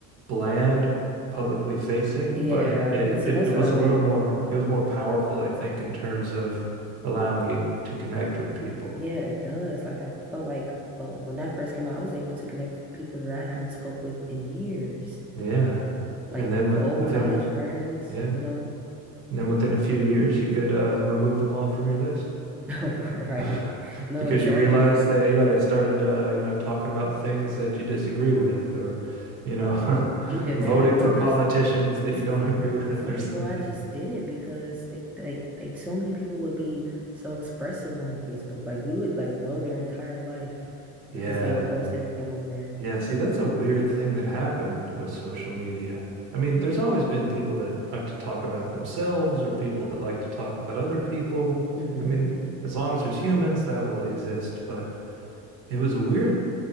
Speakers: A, on the right; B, in the centre.
A: bland, publicly facing,
B: Yeah,
A: but it, it,
B: that's that's
A: it, it was
B: what I meant.
A: a little more, it was more powerful, I think, in terms of allowing you to connect with people.
B: Yeah, it does. Like I felt like uh, when that first came out, I was able to connect with people that I haven't spoke with in years,
A: Yeah.
B: like
A: And then with,
B: old
A: within,
B: college
A: a-
B: friends,
A: yeah.
B: you know.
A: And then within a few years, you could uh, remove them all from your list
B: <laughs> Right.
A: <laughs>
B: No,
A: because
B: exactly.
A: you realize they, yeah, they started, uh, you know, talking about things that you disagree with or, you know,
B: Either
A: <laughs>
B: that
A: voting
B: or
A: for politicians
B: s-
A: that
B: s-
A: you don't
B: s-
A: <laughs> agree with
B: some
A: or
B: people
A: something.
B: I just didn't because they, like like so many people would be so expressive on Facebook. Like you would like know their entire life because
A: Yeah.
B: they would post everything on there.
A: Yeah. See, that's a weird thing that happened with social media. I mean, there's always been people that like to talk about themselves or people that like to talk about other people.
B: hmm
A: I mean, as long as there's humans, that will exist. But it was a weird